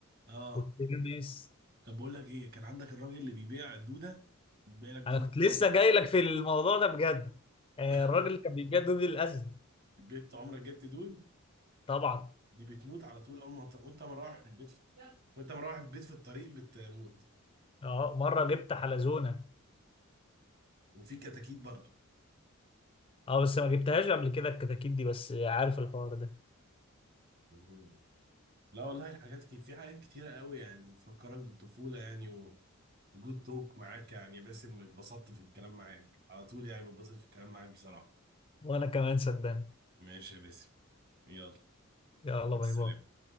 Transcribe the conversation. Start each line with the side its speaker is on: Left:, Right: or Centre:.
Right: اه
Left: والترمس
Right: طب بقول لك ايه كان عندك الراجل اللي بيبيع الدوده بيبيع لك دوده
Left: انا كنت لسه
Right: از
Left: جاي لك في الموضوع ده بجد آه،
Right: <laughs>
Left: الراجل اللي كان بيجدد الاذن
Right: جبت عمرك جبت دود
Left: طبعا
Right: دي بتموت على طول اول ما ت- وانت مروح البيت وانت مروح البيت في الطريق بتموت
Left: اه مره جبت حلزونه
Right: وفي كتاكيت برضو
Left: اه بس ما جبتهاش قبل كده الكتاكيت دي بس عارف الحوار ده
Right: مم. لا والله الحاجات كتير في حاجات كتيرة قوي يعني تفكرك بالطفولة يعني وجود توك معاك يعني يا باسم اتبسطت في الكلام معاك على طول يعني بتبسط في الكلام معاك بصراحة
Left: وانا كمان صدقني
Right: ماشي يا باسم يلا
Left: يلا
Right: مع
Left: باي
Right: السلامة
Left: باي